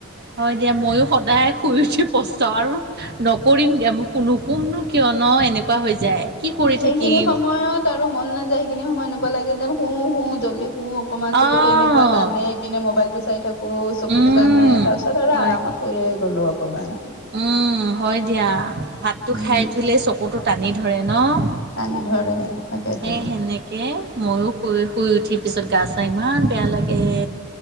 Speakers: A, on the right (about 55°); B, on the left (about 55°).
A: হয় দিয়া ময়ো সদায় শুই উঠি পষ্টাও আৰু নকৰিমগে মই নুশুম ন' 'কিয় ন'এনেকুৱা হৈ যায়। কি কৰি
B: সেইখিনি
A: থাকিম
B: সময়ত আৰু মন নাযায় সেইখিনি সময়ত এনেকুৱা লাগে যেন শু - শু জল্ডি শু অকমান চকুতো
A: অঁ
B: এনেকুৱা টানে এইপিনে মোবাইল টো চাই থাকো চকুতো
A: উম
B: টানে তাৰ পিছত আৰু
A: হয়
B: আৰামত শুয়ে গ'লো অকমান।
A: উম, হয় দিয়া ভাতটো
B: উম
A: খাই উঠিলেই চকুটো টানি ধৰে। ন'
B: টানি ধৰে তাকেতো।
A: এই সেনেকে মইও শুই- শুই উঠি পিছত গা চা ইমান বেয়া লাগে।